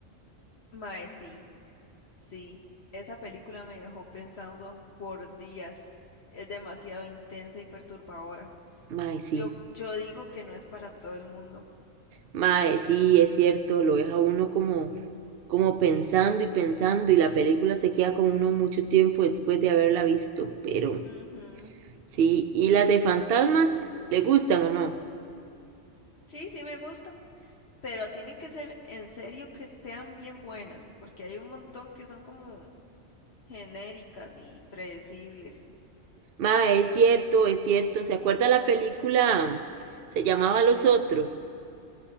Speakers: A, on the left; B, on the right.
A: Mae, sí, sí, esa película me dejó pensando por días. Es demasiado intensa y perturbadora.
B: Mae, sí.
A: Yo, yo digo que no es para todo el mundo.
B: Mae, sí, es cierto, lo deja uno como, como pensando y pensando y la película se queda con uno mucho tiempo después de haberla visto, pero
A: Ujú.
B: sí. ¿Y las de fantasmas? ¿Le gustan o no?
A: Sí, sí me gustan. pero tienen que ser en serio que sean bien buenas, porque hay un montón que son como genéricas y predecibles.
B: Mae, es cierto, es cierto. ¿Se acuerda la película? Se llamaba Los Otros.